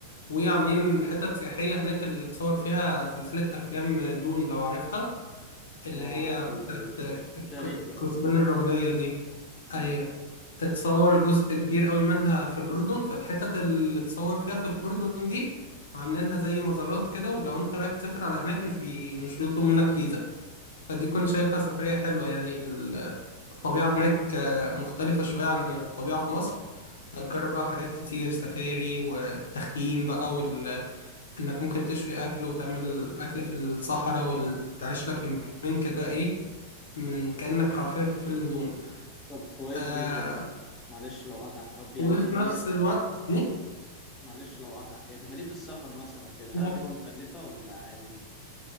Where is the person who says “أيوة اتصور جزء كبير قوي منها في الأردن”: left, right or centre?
Left